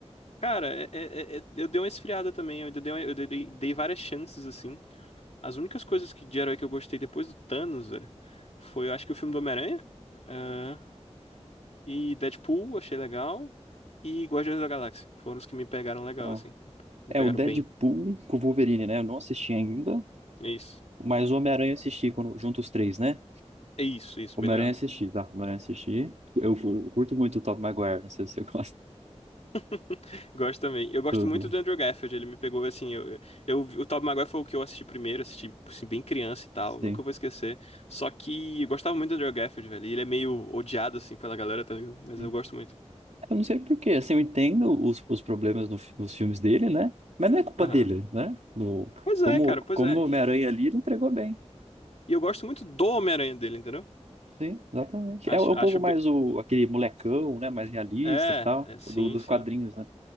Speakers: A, on the left; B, on the right.
A: Cara, é- é- é- eu dei uma esfriada também, eu ainda dei, uma- eu dei, dei várias chances, assim. As únicas coisas que, de herói que eu gostei depois do Thanos, velho, foi, eu acho que o filme do Homem-Aranha, ah, e Deadpool, achei legal, e Guardiões da Galáxia. Foram os que me pegaram legal,
B: Então,
A: assim. Me
B: é,
A: pegaram
B: o Deadpool
A: bem.
B: com o Wolverine, né? Eu não assisti ainda,
A: É isso.
B: mas o Homem-Aranha eu assisti quando, junto os três, né?
A: É isso, isso,
B: Homem-Aranha
A: bem legal.
B: eu assisti, tá? Homem-Aranha eu assisti. Eu cu- curto muito o Tobey Maguire, não sei se você <laughs> gosta
A: <laughs> Gosto também. Eu gosto
B: do...
A: muito
B: do-
A: do Andrew Garfield, ele me pegou assim, eu, eu, o Tobey Maguire foi o que eu assisti primeiro, assisti assim, bem criança e tal,
B: Sim,
A: nunca vou esquecer. Só que eu gostava muito do Andrew Garfield, velho, e ele é meio odiado assim pela galera, tá ligado? Mas
B: sim.
A: eu gosto muito.
B: Eu não sei por quê, assim, eu entendo os, os problemas no fi- nos filmes dele, né? Mas não é culpa
A: Aham.
B: dele, né? No,
A: Pois
B: como,
A: é, cara,
B: como
A: pois é.
B: o Homem-Aranha
A: E,
B: ali, ele entregou bem.
A: E eu gosto muito do Homem-Aranha dele, entendeu?
B: Sim, exatamente.
A: Acho,
B: É um
A: acho
B: pouco mais
A: bem...
B: o, aquele molecão, né? Mais realista
A: É,
B: e tal,
A: é, sim,
B: do, dos
A: sim,
B: quadrinhos, né?